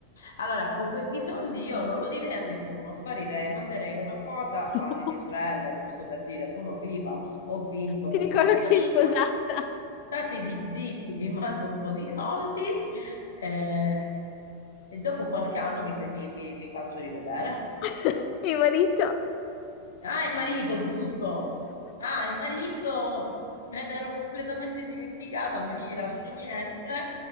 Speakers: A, on the left; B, on the left.
A: Allora, con questi soldi io non lo direi a nessuno, sparirei, manderei una quota
B: <laughs>
A: alle mie sorelle, giusto per dire sono viva, ho vinto,
B: Ti
A: ma
B: ricordo
A: sono sparita.
B: che sei sposata.
A: Statevi zitti, vi mando un po' di soldi eh, e dopo qualche anno mi, se- mi mi- mi faccio rivedere.
B: <laughs> Mio marito.
A: Ah, il marito, giusto. Ah, il marito, <laughs> me l'ero completamente dimenticata, non gli lascio niente.